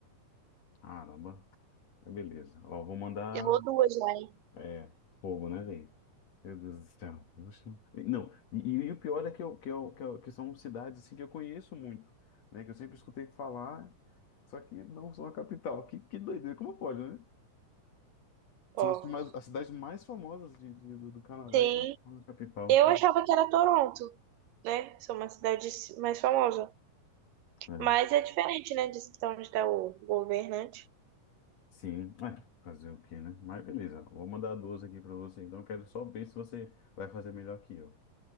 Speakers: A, on the left; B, on the right.
A: Caramba. Aí, Beleza. Ó, vou mandar.
B: Errou duas já, hein?
A: É, fogo, né, velho? Meu Deus do céu. Oxe. Não, e, e o pior é que, eu, que, eu, que, eu- que são cidades assim, que eu conheço muito, né? Que eu sempre escutei falar, só que não são a capital. Que, que doideira, como pode, né?
B: Ó,
A: São as, mais- as cidades mais famosas de, de- do, do Canadá
B: sim.
A: e não são a capital
B: Eu
A: aqui.
B: achava que era Toronto, né? São uma cidade mais famosa.
A: É,
B: Mas é diferente, né? De onde está o governante.
A: sim, é, fazer o quê, né? Mas beleza, vou mandar duas aqui para você, então eu quero só ver se você vai fazer melhor que eu.